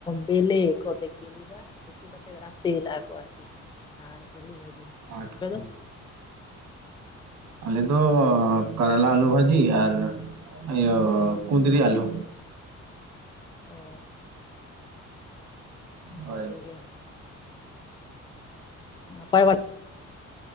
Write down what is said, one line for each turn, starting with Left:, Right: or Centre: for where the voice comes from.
Left: ᱵᱮᱞᱮ ᱠᱚ ᱛᱮᱠᱮ ᱞᱮᱫᱟ ᱛᱮᱠᱮ ᱠᱟᱛᱮᱜ ᱨᱟᱥᱮ ᱞᱮ-ᱟᱠᱚ ᱟᱨᱠᱤ ᱟᱨ ᱟᱹᱞᱩ ᱵᱷᱟᱹᱡᱤ
Right: ᱟᱪᱪᱷᱟ
Left: ᱟᱯᱮ ᱫᱚ
Right: ᱟᱞᱮ ᱫᱚ ᱠᱚᱨᱚᱞᱟ ᱟᱞᱩ ᱵᱷᱟᱹᱡᱤ ᱟᱨ ᱤᱭᱟᱹ ᱠᱩᱱᱫᱽᱨᱤ ᱟᱞᱩ
Left: ᱚ ᱵᱷᱟᱜᱮ
Right: ᱦᱳᱭ
Left: ᱜᱮ ᱱᱟᱯᱟᱭ ᱵᱟᱲᱟ